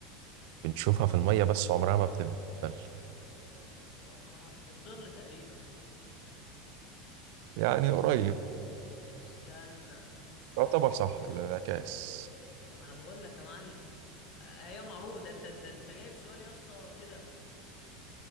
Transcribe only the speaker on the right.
بنشوفها في المية بس عمرها ما بتتبل
يعني قريب
يعتبر صح الانعكاس